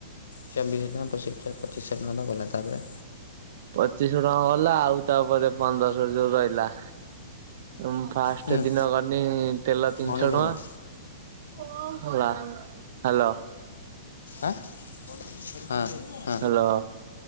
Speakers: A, on the left (about 70°); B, on the right (about 55°).
A: ଚବିଶ ଟଙ୍କା ପଚିଶ ପଚିଶ ଟଙ୍କା ଟ ଗଲା ତାପରେ
B: ପଚିଶହ ଟଙ୍କା ଗଲା ଆଉ ତାପରେ ପନ୍ଦରଶ ଯୋଉ ରହିଲା। ତ ମୁଁ ଫାଷ୍ଟ
A: ହୁଁ
B: ଦିନ ଗଲି ତେଲ ତିନିଶହ
A: ମଣି ସାଙ୍ଗରେ
B: ଟଙ୍କା। ହେଲା ହ୍ୟାଲୋ?
A: ଆ ହଁ ହ।
B: ହ୍ୟାଲୋ